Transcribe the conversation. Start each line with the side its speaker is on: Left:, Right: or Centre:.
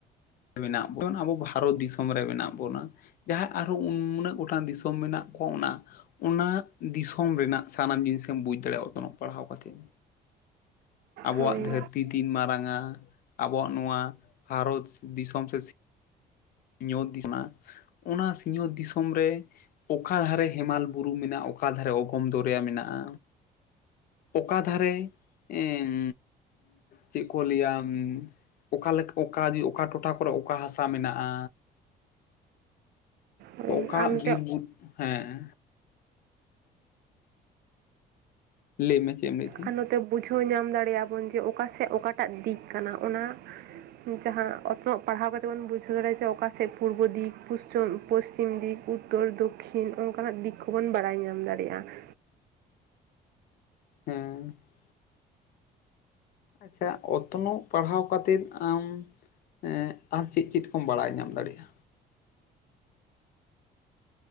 Left: ᱢᱮᱱᱟᱜ ᱵᱚᱱ, ᱟᱵᱚ ᱵᱷᱟᱨᱚᱛ ᱫᱤᱥᱚᱢ ᱨᱮ ᱢᱮᱱᱟᱜ ᱵᱚᱱᱟ ᱡᱟᱦᱟᱸᱭ ᱟᱨᱦᱚᱸ ᱩᱱᱟᱹᱜ ᱜᱚᱴᱟᱝ ᱫᱤᱥᱚᱢ ᱢᱮᱱᱟᱜ ᱠᱚᱣᱟ ᱚᱱᱟ ᱚᱱᱟ ᱫᱤᱥᱚᱢ ᱨᱮᱱᱟᱜ ᱥᱟᱱᱟᱢ ᱡᱤᱱᱤᱥᱮᱢ ᱵᱩᱡᱽ ᱫᱟᱲᱮᱭᱟᱜ ᱚᱛᱱᱚᱜ ᱯᱟᱲᱦᱟᱣ ᱠᱟᱛᱮᱫ᱾ ᱟᱵᱚᱣᱟᱜ
Right: ᱦᱳᱭ
Left: ᱫᱷᱟᱹᱨᱛᱤ ᱛᱤᱱ ᱢᱟᱨᱟᱝᱟ? ᱟᱵᱚᱣᱟᱜ ᱱᱚᱣᱟ ᱵᱷᱟᱨᱚᱛ ᱫᱤᱥᱚᱢ ᱥᱮ ᱥᱤᱧᱚᱛ ᱚᱱᱟ ᱥᱤᱧᱚᱛ ᱫᱤᱥᱚᱢ ᱨᱮ ᱚᱠᱟ ᱫᱷᱟᱨᱮ ᱦᱮᱢᱟᱞ ᱵᱩᱨᱩ ᱢᱮᱱᱟᱜ-ᱟ ᱚᱠᱟ ᱫᱷᱟᱨᱮ ᱚᱜᱚᱢ ᱫᱚᱨᱭᱟ ᱢᱮᱱᱟᱜ-ᱟ ᱚᱠᱟ ᱫᱷᱟᱨᱮ ᱮᱸ ᱪᱮᱫ ᱠᱚ ᱞᱟᱹᱭᱟ ᱚᱠᱟ ᱞᱮᱠᱟ ᱚᱠᱟ ᱚᱠᱟ ᱴᱚᱴᱷᱟ ᱠᱚᱨᱮ ᱚᱠᱟ ᱦᱟᱥᱟ ᱢᱮᱱᱟᱜ-ᱟ᱾
Right: ᱦᱳᱭ
Left: ᱚᱠᱟ
Right: ᱟᱨ ᱱᱚᱛᱮ
Left: ᱵᱤᱨᱵᱩᱨᱩ ᱦᱮᱸ ᱞᱟᱹᱭ ᱢᱮ ᱪᱮᱫ ᱮᱢ ᱞᱟᱹᱭᱮᱫ ᱛᱟᱦᱮᱸᱫ
Right: ᱟᱨ ᱱᱚᱛᱮ ᱵᱩᱡᱷᱟᱹᱣ ᱧᱟᱢ ᱫᱟᱲᱮᱭ ᱟᱵᱚᱱ ᱡᱮ ᱚᱠᱟ ᱥᱮᱫ ᱚᱠᱟᱴᱟᱜ ᱫᱤᱠ ᱠᱟᱱᱟ, ᱚᱱᱟ ᱡᱟᱦᱟᱸ ᱚᱛᱱᱚᱜ ᱯᱟᱲᱦᱟᱣ ᱠᱟᱛᱮ ᱵᱚᱱ ᱵᱩᱡᱷᱟᱹᱣ ᱫᱟᱲᱮᱭᱟᱜ-ᱟ ᱡᱮ ᱚᱠᱟ ᱥᱮᱫ ᱯᱩᱨᱵᱚ ᱫᱤᱠ ᱯᱚᱥᱪᱤᱢ ᱯᱚᱥᱪᱤᱢ ᱫᱤᱠ ᱩᱛᱚᱨ ᱫᱚᱠᱷᱤᱱ ᱚᱱᱠᱟᱱᱟᱜ ᱫᱤᱠ ᱠᱚᱵᱚᱱ ᱵᱟᱲᱟᱭ ᱧᱟᱢ ᱫᱟᱲᱮᱭᱟᱜ-ᱟ ᱾
Left: ᱦᱮᱸ ᱾ ᱟᱪᱪᱷᱟ ᱚᱛᱱᱚᱜ ᱯᱟᱲᱦᱟᱣ ᱠᱟᱛᱮᱫ ᱟᱢ ᱮᱸ ᱟᱨ ᱪᱮᱫ ᱪᱮᱫ ᱠᱚᱢ ᱵᱟᱲᱟᱭ ᱧᱟᱢ ᱫᱟᱲᱮᱭᱟᱜ-ᱟ᱾